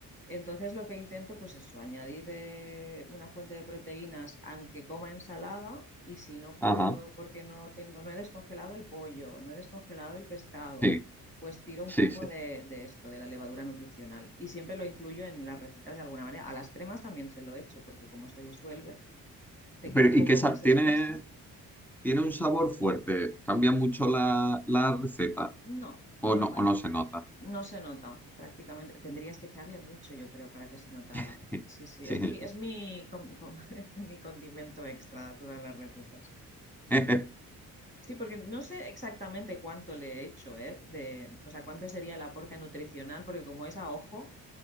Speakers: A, on the left; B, in the centre.
A: Entonces lo que intento pues eso, añadir eh, una fuente de proteínas aunque coma ensalada y si no puedo
B: ajá,
A: porque no tengo, no he descongelado el pollo, no he descongelado el pescado,
B: sí,
A: pues tiro un
B: sí,
A: poco
B: sí.
A: de, de esto, de la levadura nutricional y siempre lo incluyo en las recetas de alguna manera. A las cremas también se lo echo porque como se disuelve, te queda
B: Pero,
A: un poco
B: ¿y qué sa-
A: más
B: tiene,
A: espesa.
B: tiene un sabor fuerte? ¿Cambia mucho la, la receta?
A: No,
B: ¿O
A: no,
B: no,
A: para
B: o no se nota?
A: No se nota, prácticamente. Tendrías que echarle mucho, yo creo, para que se notara.
B: <laughs>
A: Sí, sí.
B: Sí.
A: Es mi, es mi, com- com- <laughs> mi condimento extra a todas las recetas.
B: <laughs>
A: Sí, porque no sé exactamente cuánto le he hecho, ¿eh? De, o sea, cuánto sería el aporte nutricional, porque como es a ojo,